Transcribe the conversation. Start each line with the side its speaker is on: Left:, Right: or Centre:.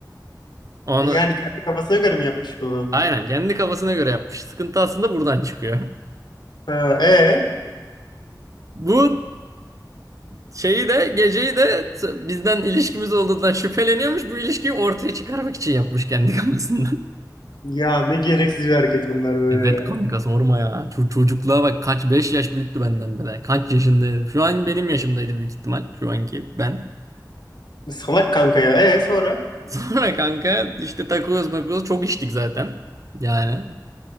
Right: Onu
Left: Yani kendi kafasına göre mi yapmış bunu?
Right: aynen kendi kafasına göre yapmış. Sıkıntı aslında buradan çıkıyor. <laughs>
Left: Ha, e
Right: Bu şeyi de geceyi de t- bizden ilişkimiz olduğundan şüpheleniyormuş. Bu ilişkiyi ortaya çıkarmak için yapmış kendi kafasından. <laughs>
Left: Ya ne gereksiz bir hareket bunlar böyle
Right: Evet kanka
Left: ya.
Right: sorma ya. Ço- çocukluğa bak kaç 5 yaş büyüktü benden bile. Kaç yaşında. herif. Şu an benim yaşımdaydı büyük ihtimal. Şu anki ben.
Left: Salak kanka ya. E sonra?
Right: <laughs> Sonra kanka işte takılıyoruz makılıyoruz. Çok içtik zaten. Yani